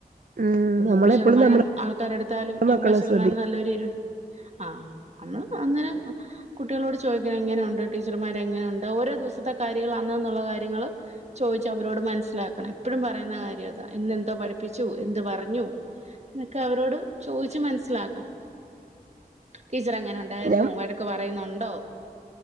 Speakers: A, on the right; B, on the right.
A: ഉം
B: ഇപ്പ നൂറ്
A: നമ്മളെപ്പോഴും
B: ശതമാനം
A: നമ്മളെ
B: ആൾക്കാരെടുത്താലും
A: മക്കളെ
B: എമ്പത് ശതമാനം
A: ശ്രദ്ധിക്ക
B: നല്ലേരൊരു ആഹ് അമ്മള് അന്നെരം കുട്ടികളോട് ചോദിക്കണം എങ്ങനൊണ്ട് ടീച്ചറ്മാര് എങ്ങനൊണ്ട് ഓരോ ദിവസത്തെ കാര്യങ്ങള് അന്നന്നൊള്ള കാര്യങ്ങള് ചോയ്ച്ചവരോട് മനസ്സിലാക്കണം എപ്പഴും പറയുന്ന കാര്യം അതാ ഇന്നെന്തോ പഠിപ്പിച്ചു എന്ത് പറഞ്ഞു എന്നൊക്കെ അവരോട് ചോദിച്ച് മനസ്സിലാക്കണം ടീച്ചറെങ്ങനെ ഒണ്ടായിരുന്നു
A: ഞാൻ
B: വഴ ക്ക്‌ പറയുന്നൊണ്ടോ